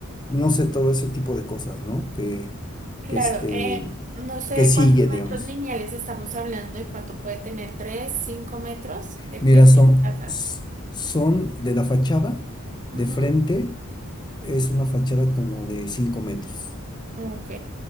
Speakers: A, on the left (about 20°); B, on the right (about 35°).
A: no sé, todo ese tipo de cosas, ¿no? Que,
B: Claro,
A: que este,
B: eh, no sé
A: que
B: de
A: sigue,
B: cuántos metros
A: digamos.
B: lineales estamos hablando y cuánto puede tener, ¿Tres, cinco metros de
A: Mira,
B: frente
A: son,
B: a la casa.
A: s- son de la fachada,
B: Ujú,
A: de frente, es una fachada como de 5 metros,
B: Ok.